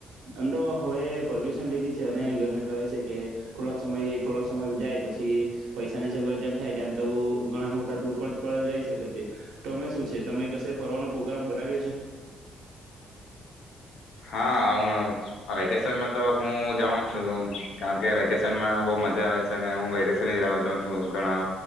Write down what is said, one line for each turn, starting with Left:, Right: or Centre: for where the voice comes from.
Right: એમ તો હવે પર લીધી છે અને ઘને કહે છે, કે થોડાક સમય થોડાક સમય જાય પછી. પૈસાની સગવડ જેમ થાય તેમ તો ઘણા મોટા ટુર પણ જાય શકે છે, તમે શું છે તમે કશે ફરવાનો પ્રગ્રામ બનાવ્યો છે?
Left: હા હું વેકેશનમાં તો હું જાઉં જ છું, કારણ કે વેકેશનમાં બહુ મજા આવે છે, અને હું વેકેશન જ જાઉં છું ઘણા